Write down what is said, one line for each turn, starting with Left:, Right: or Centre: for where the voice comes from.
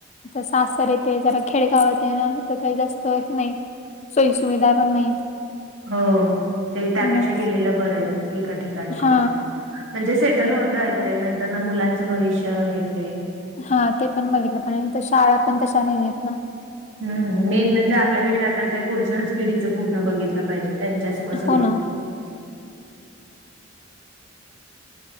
Left: जस असते रे ते, जरा खेडगावात आहे ना त्याच जास्त हे नाहीत सोयी- सुविधा पण नाहीत.
Right: हो, ते त्यापेक्षा
Left: मग
Right: गेलेलं बरंय, एका ठिकाणी
Left: हा
Right: कुठतरी. म्हणजे सेटल होता येत, नंतरन मुलांचं भविष्य हे ते.
Left: हा, ते पण बघितलं पण, इथं शाळा पण तशा नाहीयेत ना.
Right: हम्म, मेन म्हणजे आपल्या विषयात ते पुढच्याच पिढीचं पूर्ण बघितलं पाहिजे, त्यांच्या सुख-सोयी.
Left: हो ना